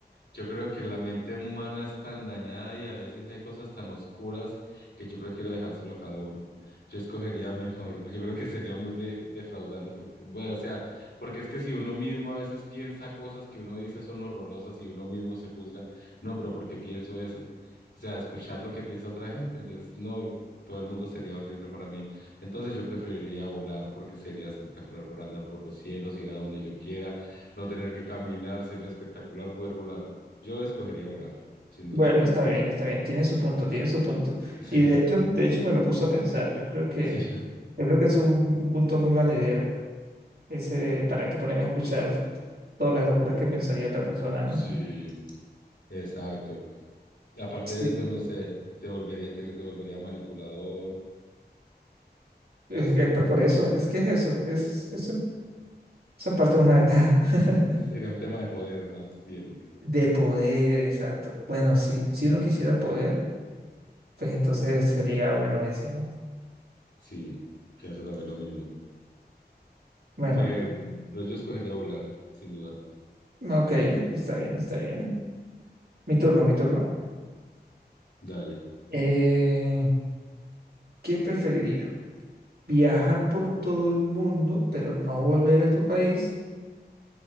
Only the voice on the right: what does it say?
Bueno,
está bien, está bien, tiene su punto, tiene su punto.
Y de hecho, de hecho me lo puso a pensar. Yo creo que,
yo creo que es un, un punto muy valedero. Ese, ¿para qué ponerme a escuchar todas las locuras que pensaría otra persona, ¿no?
Sí.
Es que, Pues por eso, es que es eso, es, es, en- es en parte una ventaja <laughs>
de poder, exacto. Bueno, sí, si uno quisiera poder, pues entonces sería bueno ese, ¿no?
Bueno,
ok, está bien, está bien. Mi turno, mi turno.
Eh, ¿qué preferiría? ¿Viajar por todo el mundo, pero no volver a tu país